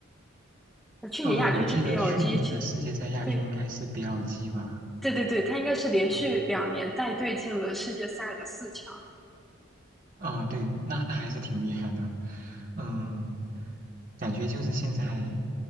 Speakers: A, in the centre; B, on the right.
A: 呃去年亚军是
B: 嗯，我记得去年的世界赛亚军应该是
A: BLG，去年，对
B: BLG 吧，
A: 对对对，他应该是连续两年带队进了世界赛的四强。
B: 嗯，哦，对，那那还是挺厉害的，嗯，感觉就是现在